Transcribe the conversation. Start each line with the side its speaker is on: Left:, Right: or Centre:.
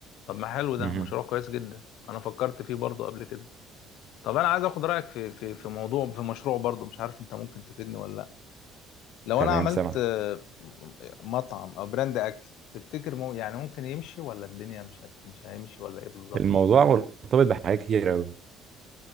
Left: طب ما حلو ده
Right: مهم.
Left: مشروع كويس جدا انا فكرت فيه برضو قبل كده طب انا عايز اخد رايك في في في موضوع في مشروع برضو مش عارف انت ممكن تفيدني ولا لا لو
Right: تمام
Left: انا عملت
Right: سامعك
Left: آه، مطعم او براند اكل تفتكر مو يعني ممكن يمشي ولا الدنيا مش هت... مش هيمشي ولا ايه بالظبط
Right: الموضوع مرتبط بحاجات كتير أوي